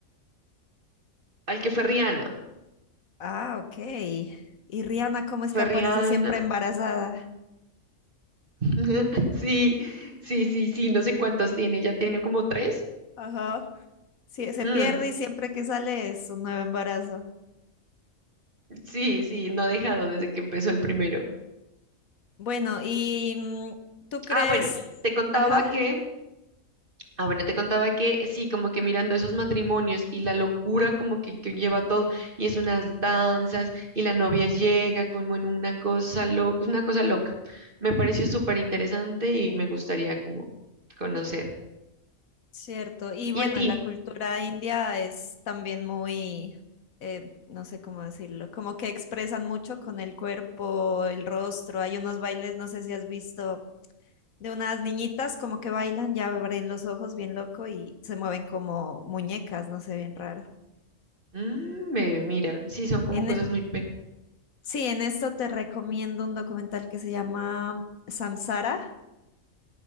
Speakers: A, on the right; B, on the left.
A: al que fue Rihanna.
B: Ah, ok. Y Rihanna, ¿cómo es
A: Fue
B: que aparece
A: Rihanna.
B: siempre embarazada?
A: <laughs> Sí, sí, sí, sí, no sé cuántos tiene, ya tiene como tres.
B: Ajá. Sí, se
A: Mm,
B: pierde y siempre que sale es un nuevo embarazo.
A: sí, sí, no ha dejado desde que empezó el primero.
B: Bueno, y mm, tú crees,
A: Ah, bueno, te contaba
B: ajá,
A: que Ah, bueno, te contaba que sí, como que mirando esos matrimonios y la locura como que, que lleva todo, y es unas danzas, y la novia llega como en una cosa loca, una cosa loca. Me pareció súper interesante y me gustaría como conocer.
B: cierto. Y bueno,
A: ¿Y a ti?
B: la cultura india es también muy, eh, no sé cómo decirlo, como que expresan mucho con el cuerpo, el rostro. Hay unos bailes, no sé si has visto. de unas niñitas como que bailan, ya abren los ojos bien loco y se mueven como muñecas, no sé, bien raro.
A: Mm, ve, mira, sí, son como
B: En,
A: cosas
B: e-
A: muy pe...
B: sí, en esto te recomiendo un documental que se llama Samsara.